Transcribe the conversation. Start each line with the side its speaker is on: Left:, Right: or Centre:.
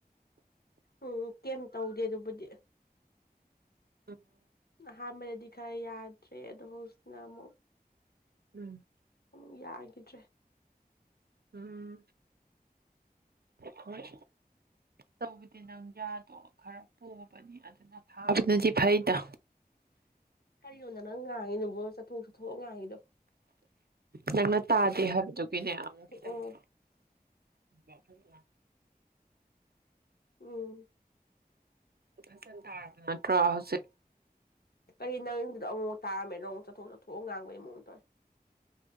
Left: ꯑꯣ ꯀꯩꯝ ꯇꯧꯗꯦ ꯑꯗꯨꯕꯨꯗꯤ
Right: <unintelligible>
Left: ꯑꯍꯥꯟꯕꯗꯗꯤ ꯈꯔ ꯌꯥꯗ꯭ꯔꯦ ꯑꯗꯣ ꯍꯧꯖꯤꯛꯅ ꯑꯃꯨꯛ
Right: ꯎꯝ
Left: ꯑꯃꯨꯛ ꯌꯥꯒꯤꯗ꯭ꯔꯦ
Right: ꯎꯝ꯫ ꯍꯣꯏ ꯇꯧꯕꯗꯤ ꯅꯪ ꯌꯥꯗꯣ ꯈꯔ ꯄꯣꯕꯅꯤ ꯅ ꯊꯥꯕꯅꯗꯤ ꯐꯩꯗ
Left: ꯀꯔꯤꯅꯣꯗ ꯅꯪ ꯉꯥꯡꯉꯤꯅꯕꯣ ꯆꯠꯊꯣꯛ ꯆꯠꯊꯣꯛꯑꯒ ꯉꯥꯡꯉꯤꯗꯣ
Right: ꯅꯪꯅ ꯇꯥꯗꯦ ꯍꯥꯏꯕꯗꯨꯒꯤꯅꯦ ꯑꯃꯨꯛ ꯈꯤꯇꯪꯪ
Left: ꯑꯣ
Right: ꯋꯥ ꯐꯖꯂ
Left: ꯎꯝ
Right: ꯆ ꯊꯗꯅꯠꯇ꯭ꯔ ꯎꯆ
Left: ꯀꯔꯤ ꯅꯪꯗꯨꯗ ꯑꯃꯨꯛ ꯇꯥꯔꯃꯦꯅ ꯑꯃꯨꯛ ꯆꯠꯣꯛ ꯆꯠꯊꯣꯛꯒ ꯉꯥꯡꯕꯒꯤ ꯃꯑꯣꯡꯗꯧꯦ